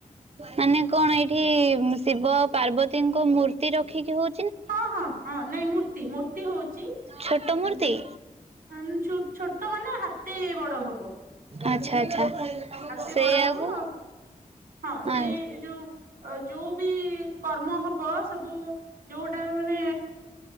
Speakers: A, on the right; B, on the right.
A: ମାନେ କଣ ଏଇଠି ଶିବ ପାର୍ବତୀଙ୍କ ମୂର୍ତ୍ତି ରଖିକି ହଉ
B: ହଁ ହଁ ହଁ ନାଇଁ ମୂର୍ତ୍ତି ମୂ ମୂର୍ତ୍ତି
A: ଛୋଟ
B: ହଉଛି
A: ମୂର୍ତ୍ତି?
B: ଛୋଟ ମାନେ ହାତେ ବଡ ହବ।
A: ଆଚ୍ଛା ଆଚ୍ଛା
B: ହାତେ
A: ସେଇଆକୁ
B: ବଡ ହବ ହଁ ସେ
A: ଆ
B: ଯୋଉ ଯୋଉ ବି କର୍ମ ହ ବ ସବୁ ଯୋଉଟା ମାନେ